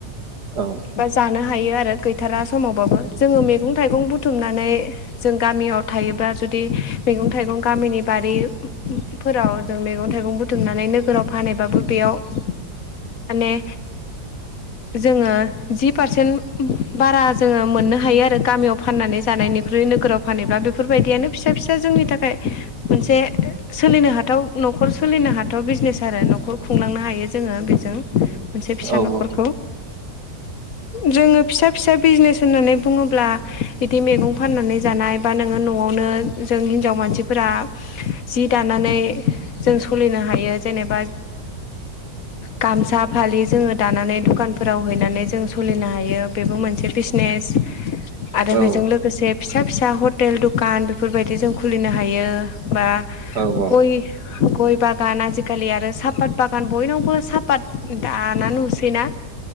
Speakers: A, on the right; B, on the left.
A: औ
B: बा जानो हायो आरो गैथारा समावबाबो जोङो मैगं थाइगं बुथुमनानै जों गामियाव थायोब्ला जुदि मैगं थाइगं गामिनि बारि फोराव जों मैगं थाइगं बुथुमनानै नोगोराव फानबाबो बेयाव माने जोङो जि पारसेन्ट बारा जोङो मोननो हायो थायो आरो गामियाव फाननानै जानायनिख्रुइ नोगोराव फानब्ला बेफोरबायदियानो फिसा फिसा जोंनि थाखाय मोनसे सोलिनो हाथाव न'खर सोलिनो हाथाव बिजनेस आरो न'खर खुंलांनो हायो जोङो बेजों मोनसे फिसा
A: औ
B: न'खरखौ जोङो फिसा फिसा बिजनेस होननानै बुङोब्ला बिदि मैगं फाननानै जानाय बा नोङो न'आवनो जों हिनजाव मानसिफोरा जि दानानै जों सलिनो हायो जेनेबा गामसा फालि जोङो दानानै दखानफोराव हैनानै जों सोलिनो हायो बेबो मोनसे बिजनेस आरो
A: औ
B: बेजों लोगोसे फिसा फिसा हटेल दखान बेफोरबायदि जों खुलिनो हायो बा
A: औ औ
B: गय गय बागान आजिखालि आरो साहापत बागान बयनावबो सापात दाना नुसैना